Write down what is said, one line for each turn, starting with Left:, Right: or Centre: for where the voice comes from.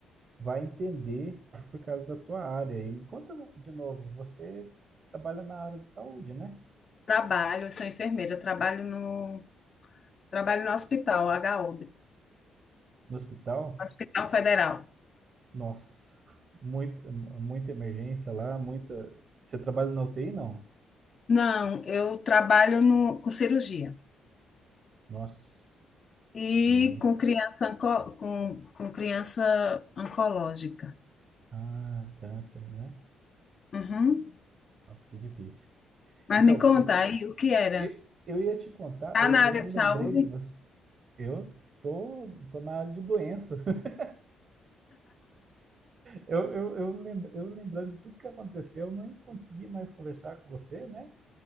Right: vai entender por causa da tua área. E me conta de novo, você trabalha na área de saúde, né?
Left: Trabalho, eu sou enfermeira, eu trabalho no, trabalho no hospital, h HU,
Right: No hospital?
Left: Hospital Federal.
Right: Nossa, muito, muita emergência lá, muita. Você trabalha na UTI, não?
Left: Não, eu trabalho no, com cirurgia
Right: Nossa,
Left: e
Right: bem.
Left: com criança, onco- com, com criança oncológica.
Right: Ah, câncer, né?
Left: Uhum.
Right: Nossa, que difícil.
Left: Mas
Right: Então,
Left: me conta
Right: esse-
Left: aí, o que era?
Right: eu, eu ia te contar,
Left: Tá
Right: eu,
Left: na área
Right: eu
Left: de
Right: lembrei
Left: saúde?
Right: de você. Eu tô, tô na área de doença. <laughs> Eu, eu, eu, lem- eu lembrando de tudo que aconteceu, eu nem consegui mais conversar com você, né?